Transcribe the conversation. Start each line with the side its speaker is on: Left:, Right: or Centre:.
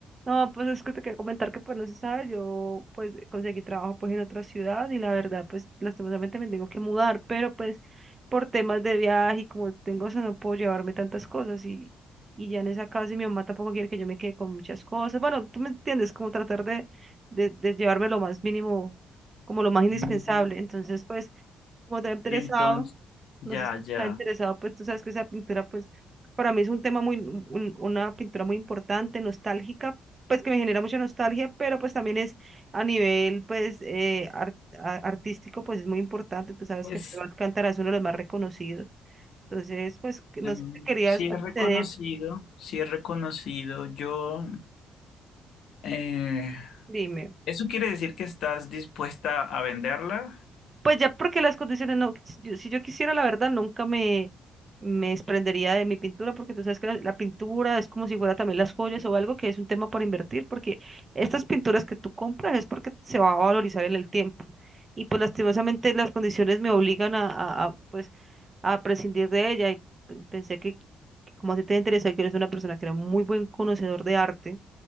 Right: No, pues es que te quería comentar que pues no se sabe, yo pues conseguí trabajo pues en otra ciudad y la verdad pues lastimosamente me tengo que mudar, pero pues por temas de viaje y como tengo eso no puedo llevarme tantas cosas y, y ya en esa casa y mi mamá tampoco quiere que yo me quede con muchas cosas, bueno, tú me entiendes, como tratar de, de, de llevarme lo más mínimo, como lo más indispensable,
Left: Mm,
Right: entonces pues como te ha interesado,
Left: Entonces, ya,
Right: no sé si
Left: ya.
Right: te ha interesado, pues tú sabes que esa pintura, pues para mí es un tema muy, un- una pintura muy importante, nostálgica, pues que me genera mucha nostalgia, pero pues también es a nivel, pues, eh, ar- a- artístico, pues es muy importante, tú sabes
Left: Pues
Right: que Pedro Alcántara es uno de los más reconocidos, entonces, pues, que no
Left: em,
Right: sé si querías
Left: sí es
Right: acceder,
Left: reconocido, sí es reconocido. Yo, eh,
Right: dime.
Left: ¿eso quiere decir que estás dispuesta a venderla?
Right: Pues ya porque las condiciones no, si yo, si yo quisiera, la verdad, nunca me, me desprendería de mi pintura, porque tú sabes que la, la pintura es como si fuera también las joyas o algo que es un tema para invertir, porque estas pinturas que tú compras es porque se va a valorizar en el tiempo. Y pues lastimosamente las condiciones me obligan a, a- a, pues, a prescindir de ella. Y pe- pensé que, como a ti te interesa, que eres una persona que era muy buen conocedor de arte,